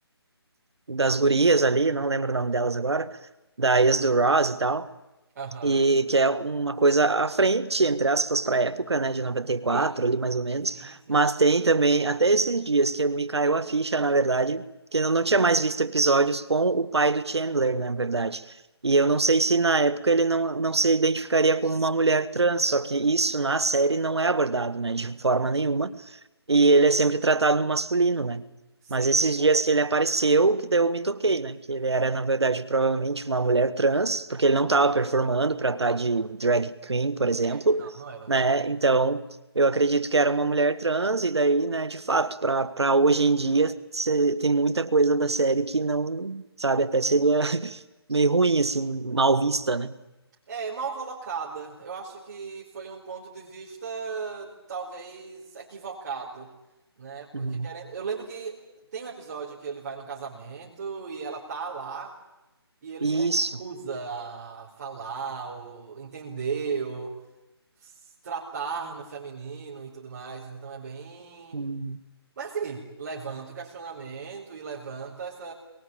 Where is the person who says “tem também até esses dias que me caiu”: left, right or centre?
Right